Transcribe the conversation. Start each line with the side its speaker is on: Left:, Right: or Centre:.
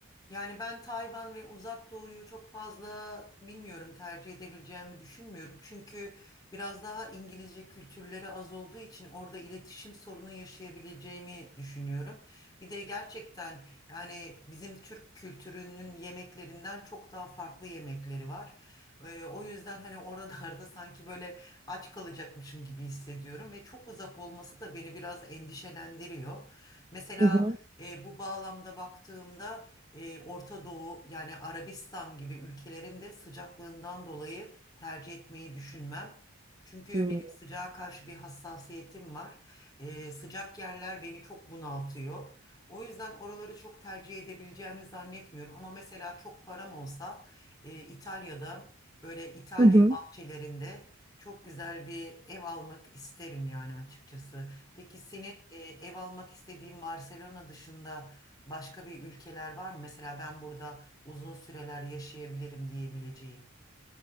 Left: Yani ben Tayvan ve Uzak Doğu'yu çok fazla bilmiyorum tercih edebileceğimi düşünmüyorum. Çünkü Biraz daha İngilizce kültürleri az olduğu için orada iletişim sorunu yaşayabileceğimi düşünüyorum. Bir de gerçekten yani bizim Türk kültürünün yemeklerinden çok daha farklı yemekleri var. Ee, o yüzden hani oralarda <laughs> sanki böyle aç kalacakmışım gibi hissediyorum ve çok uzak olması da beni biraz endişelendiriyor. Mesela
Right: Hı hı.
Left: e, bu bağlamda baktığımda e, Orta Doğu yani Arabistan gibi ülkelerin de sıcaklığından dolayı tercih tercih etmeyi düşünmem. Çünkü
Right: Hıı.
Left: benim sıcağa karşı bir hassasiyetim var. Ee, sıcak yerler beni çok bunaltıyor. O yüzden oraları çok tercih edebileceğimi zannetmiyorum. Ama mesela çok param olsa e, İtalya'da böyle İtalya
Right: Hı hı.
Left: bahçelerinde çok güzel bir ev almak isterim yani açıkçası. Peki senin e, ev almak istediğin Barcelona dışında başka bir ülkeler var mı? Mesela ben burada uzun süreler yaşayabilirim diyebileceğin.